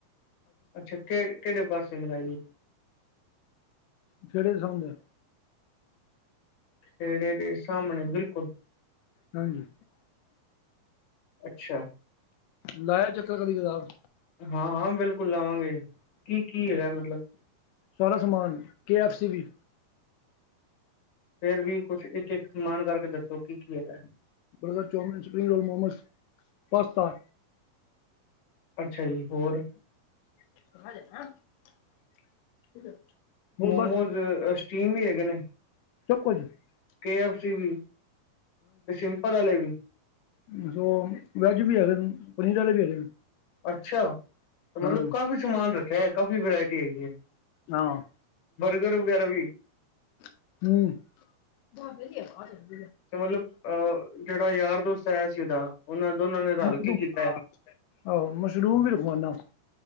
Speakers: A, on the left; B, on the left.
A: ਅਛਾ ਕੇ ਕਿਹੜੇ ਪਾਸੇ ਲਾਈਏ
B: ਕਿਹੜੇ ਸਾਹਮਨੇ
A: ਪੇੜੇ ਦੇ ਸਾਹਮਣੇ ਬਿਲਕੁਲ
B: ਹਾਂਜੀ-
A: ਅਛਾ-
B: ਲਾਇਆ ਚੱਕਰ ਕਦੀ ਕਤਾਬ।
A: ਹਾਂ- ਹਾਂ ਬਿਲਕੁਲ ਲਾਵਾਗੇ ਕੀ ਕੀ ਹੈਗਾ ਮਤਲਬ
B: ਸਾਰਾ ਸਮਾਨ ਕੇ ਐਫ ਸੀ ਵੀ
A: ਫੇਰ ਵੀ ਕੁਛ ਇਕ- ਇਕ ਸਮਾਨ ਕਰਕੇ ਦਸੋ ਕੀ ਕੀ ਹੈਗਾ।
B: Burger chowmein spring roll momos pasta
A: ਅਛਾ ਜੀ ਹੋਰ-
B: <unintelligible> <inaudible> ਹੋਰ
A: ਮੋਮੋਜ਼
B: ਬਸ
A: ਸਟੀਮ ਵੀ ਹੈਗੇ ਨੇ
B: ਸਭ ਕੁਝ <unintelligible>
A: ਕੇ ਐਫ ਸੀ ਵੀ ਤੇ ਸਿੰਪਲ ਵਾਲੇ ਵੀ
B: ਵੀ ਵੈਜ ਵੀ ਹੈਗੇ ਨ ਪਨੀਰ ਵਾਲੇ ਵੀ ਹੈਗੇ ਨੇ।
A: ਅਛਾ ਮਤਲਬ
B: ਹਾਂ
A: ਕਾਫੀ ਸਮਾਨ ਰਖਿਆ ਏ। ਕਾਫੀ ਵਰਾਇਟੀ ਹੈਗੀ ਏ।
B: ਹਾਂ-
A: ਕੂਕਰ ਵਗੈਰਾ ਵੀ
B: ਹੂ-
A: ਤੇ ਮਤਲਬ ਅ ਜਿਹੜਾ ਯਾਰ ਦੋਸਤ ਆਇਆ ਸੀ ਉਹਦਾ। ਉਹਨਾਂ ਦੋਨਾਂ ਨੇ ਰਲ
B: ਮਸ਼ਰੂਮ
A: ਕੇ ਕੀਤਾ ਹੈ
B: ਹਾ ਆ ਮਸ਼ਰੂਮ ਵੀ ਰਖਵਾਨਾ